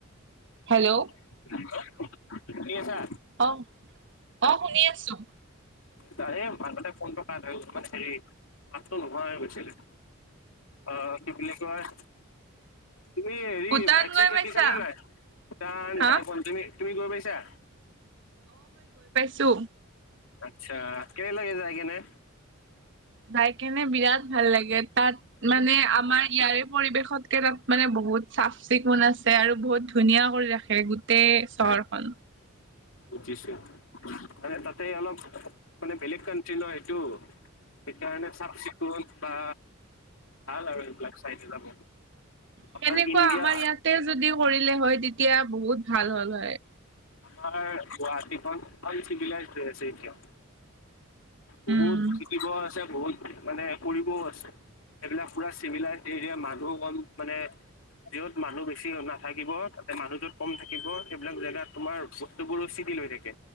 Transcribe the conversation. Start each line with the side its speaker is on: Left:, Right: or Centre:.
Right: হেল্ল'।
Left: হেল্ল' শুনি আছা।
Right: আহ, আহ শুনি আছো।
Left: তাৰ মাজতে ফোনটো কাট মাতটো নোহোৱা হৈ গৈছিলে। আহ কি বুলি কয়। তুমি হেৰি
Right: ভূটান
Left: বাইক
Right: গৈ
Left: চাইক
Right: পাইছা
Left: শিকিছা নে নাই? ভূটান
Right: হা
Left: যাই পোৱা নাই তুমি তুমি গৈ পাইছা?
Right: চো।
Left: আচ্ছা, কেনে লাগে যায় কেনে?
Right: যাই কেনে বিৰাট ভাল লাগে, তাত মানে আমাৰ ইয়াৰে পৰিৱেশতকে তাত মানে বহুত বহুত চাফ চিকুণ আছে আৰু বহুত ধুনীয়া কৰি ৰাখে গোটেই চহৰখন।
Left: বুজিছো আৰে তাতে অলপ। মানে বেলেগ কান্ট্ৰি ন সেইটো। সেইকাৰণে চাফ চিকুণ বা ভাল আৰু এইবিলাক চাই ন যাব। আমাৰ
Right: তেনেকুৱা
Left: ইণ্ডিয়া
Right: আমাৰ ইয়াতে যদি কৰিলে হয়, তেতিয়া বহুত ভাল হ'ল হয়।
Left: আমাৰ গুৱাহাটীখন অনচিভিলাইজছে হৈ আছে এতিয়াও। বহুত
Right: উম
Left: শিকিব আছে, বহুত। মানে কৰিবও আছে, সেইবিলাক পোৰা চিমিলাইতিয়া মানুহ কম অ' মানে। যত মানুহ বেছি নাথাকিব, তাতে মানুহ য'ত কম থাকিব, সেইবিলাক জেগাত তোমাৰ বস্তুবোৰো চিধিল হৈ থাকে,